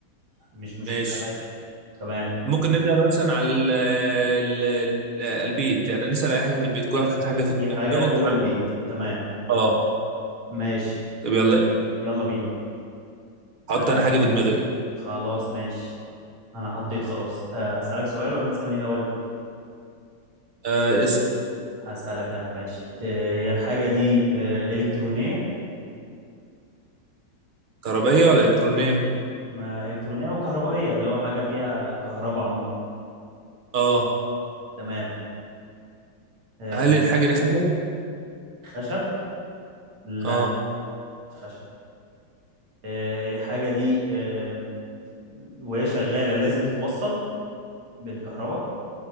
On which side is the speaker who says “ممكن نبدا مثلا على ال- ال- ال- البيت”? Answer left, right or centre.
Right